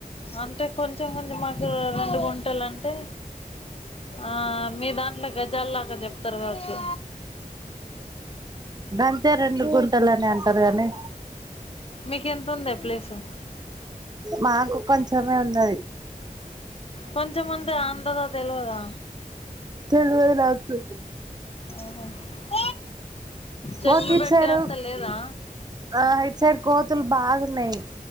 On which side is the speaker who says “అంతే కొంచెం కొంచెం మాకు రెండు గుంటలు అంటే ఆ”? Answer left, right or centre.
Left